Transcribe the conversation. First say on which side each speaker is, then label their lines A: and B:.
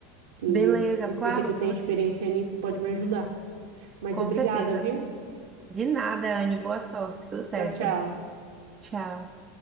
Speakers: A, on the right (about 85°); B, on the right (about 25°).
A: Que
B: Beleza,
A: eu, eu
B: claro,
A: sei que tu
B: eu
A: tem
B: tô aqui.
A: experiência nisso e pode me ajudar. Mas
B: Com
A: obrigada,
B: certeza.
A: viu?
B: De nada, Anne. Boa sorte, sucesso.
A: Tchau, tchau.
B: Tchau.